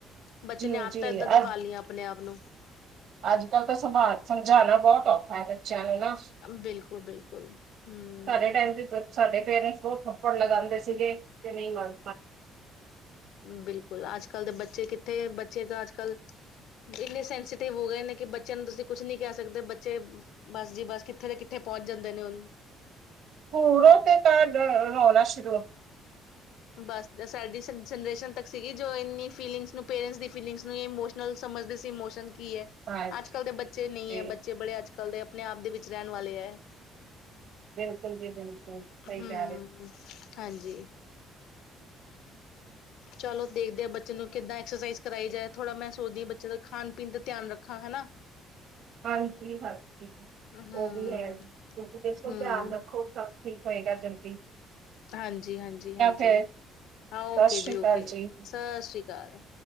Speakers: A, on the left; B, on the right.
A: ਬੱਚੇ
B: ਜੀ
A: ਨੇ ਆਦਤ
B: ਜੀ
A: ਇਏਦਾਂ ਦੀ
B: ਅੱਜ
A: ਪਾ ਲਈਆਂ ਆਪਣੇ ਆਪ ਨੂੰ
B: ਅੱਜ ਕੱਲ ਤਾਂ ਸਮਾ ਸਮਝਾਉਣਾ ਬਹੁਤ ਔਖਾ ਹੈ ਬੱਚਾ ਸਾਨੂੰ ਨਾ ਸਾਡੇ
A: ਬਿਲਕੁਲ ਬਿਲਕੁਲ ਹਮ
B: ਟਾਈਮ ਤੇ ਤ ਸਾਡੇ ਪੇਰੈਂਟਸ ਦੋ ਥੱਪੜ ਲਗਾਉਂਦੇ ਸੀਗੇ ਕਿ ਨਹੀਂ ਮਨ
A: ਬਿਲਕੁਲ ਅੱਜ ਕੱਲ੍ਹ ਦੇ ਬੱਚੇ ਕਿੱਥੇ ਬੱਚੇ ਤਾਂ ਅੱਜ ਕੱਲ੍ਹ ਇੰਨੇ ਸੈਂਸੀਟਿਵ ਹੋ ਗਏ ਨੇ, ਕਿ ਬੱਚਿਆਂ ਨੂੰ ਤੁਸੀਂ ਕੁਛ ਨੀ ਕਹਿ ਸਕਦੇ ਬੱਚੇ ਬਸ ਜੀ ਬਸ ਕਿੱਥੇ ਦੇ ਕਿੱਥੇ ਪਹੁੰਚ ਜਾਂਦੇ ਨੇ ਹੁਨ
B: <unintelligible>
A: ਬਸ, ਸਾਡੀ ਸੰ ਜਨਰੇਸ਼ਨ ਤੱਕ ਸੀਗੀ ਜੋ ਇੰਨੀ ਫੀਲਿੰਗਸ ਨੂੰ, ਪੇਰੈਂਟਸ ਦੀ ਫੀਲਿੰਗਸ ਨੂੰ ਇਮੋਸ਼ਨਲ ਸਮਝਦੇ ਸੀ ਇਮੋਸ਼ਨ ਕੀ ਹੈ
B: ਹਾਂਜੀ
A: ਅੱਜ ਕੱਲ੍ਹ ਦੇ ਬੱਚੇ ਨਹੀਂ
B: ਜੀ
A: ਹੈ, ਬੱਚੇ ਬੜੇ ਅੱਜ ਕੱਲ੍ਹ ਦੇ ਆਪਣੇ ਆਪ ਦੇ ਵਿੱਚ ਰਹਿਣ ਵਾਲੇ ਹੈ
B: ਬਿਲਕੁਲ ਜੀ, ਬਿਲਕੁਲ ਸਹੀ
A: ਹਮ
B: ਕਹਿ ਰਹੇ
A: ਹਾਂਜੀ। ਚਲੋ ਦੇਖਦੇ ਆ, ਬੱਚੇ ਨੂੰ ਕਿੱਦਾਂ ਐਕਸਰਸਾਈਜ਼ ਕਰਵਾਈ ਜਾਏ, ਥੋੜ੍ਹਾ ਮੈਂ ਸੋਚਦੀ ਹਾਂ ਬੱਚੇ ਦਾ ਖਾਣ, ਪੀਣ ਦਾ ਧਿਆਨ ਰੱਖਾਂ ਹਨਾ।
B: ਹਾਂਜੀ, <unintelligible>
A: ਹਮ
B: ਉਹ ਵੀ ਹੈ ਕਿਉਂਕਿ ਜਿਸ ਨੂੰ
A: ਹਮ
B: ਧਿਆਨ ਰੱਖੋ ਸਭ ਠੀਕ ਹੋਏਗਾ ਜ।
A: ਹਾਂਜੀ -ਹਾਂਜੀ, ਹਾਂਜੀ
B: ਫੇਰ
A: ਹਾਂ,
B: ਸਤਿ
A: ਓਕੇ
B: ਸ੍ਰੀ
A: ਜੀ ਓਕੇ
B: ਅਕਾਲ ਜੀ
A: ਸਤਿ ਸ੍ਰੀ ਅਕਾਲ।